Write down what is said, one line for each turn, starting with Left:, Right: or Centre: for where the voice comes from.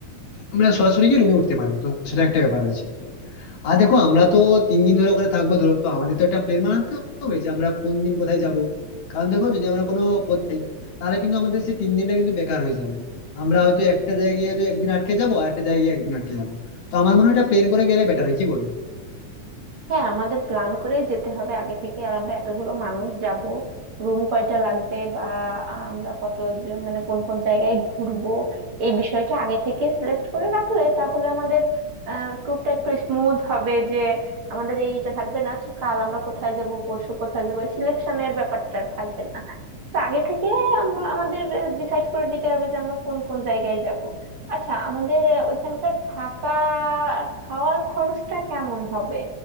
Left: আমরা সরাসরি গিয়ে রুমে উঠতে পারবো তো সেটা একটা ব্যাপার রয়েছে আর দেখো আমরা তো তিন দিন ধরে ওখানে থাকবো ধরো তো আমাদের তো একটা প্ল্যান বানাতে হবে যে আমরা কোন দিন কোথায় যাব কারণ দেখো যদি আমরা কোনো পথে যাই, তাহলে কিন্তু আমাদের সেই তিন দিনটা কিন্তু বেকার হয়ে যাবে আমরা হয়তো একটা জায়গায় গিয়ে তো একদিন আটকে যাবো আর একটা জায়গায় গিয়ে একদিন আটকে যাবো তো আমার মনে হয় এটা প্ল্যান করে গেলে বেটার হয় কি বলো
Right: হ্যাঁ আমাদের প্ল্যান করে যেতে হবে আগে থেকে আর আমরা এতগুলো মানুষ যাব রুম কয়টা লাগবে বা আমরা কত জন- মানে কোন কোন জায়গায় ঘুরবো এই বিষয়টা আগে থেকে সিলেক্ট করে রাখলে তাহলে আমাদের ট্যুরটা একটু স্মুথ হবে যে আমাদের এইটা থাকবে না আচ্ছা কাল আমরা কোথায় যাব পরশু কোথায় যাবো সিলেকশনের ব্যাপারটা আর থাকবে না তো আগে থেকে আমরা আমাদের ডিসাইড করে নিতে হবে যে আমরা কোন কোন জায়গায় যাব আচ্ছা আমাদের আহ, ওইখানকার থাকা আর খাওয়ার খরচটা কেমন হবে